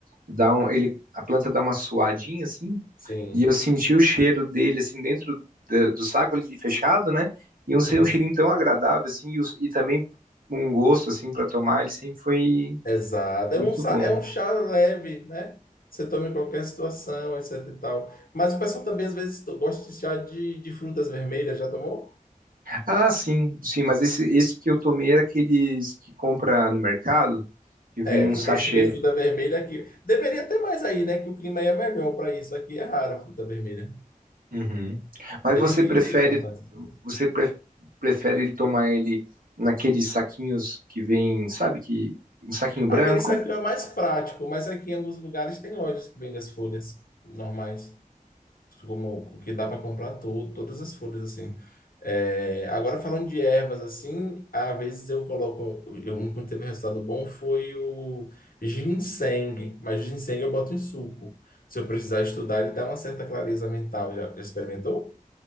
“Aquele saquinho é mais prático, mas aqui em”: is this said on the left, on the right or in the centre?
Left